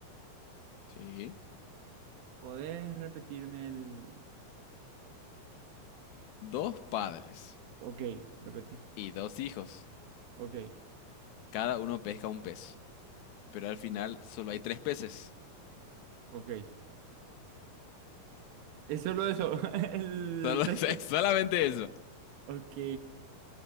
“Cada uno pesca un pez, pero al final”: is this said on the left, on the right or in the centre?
Left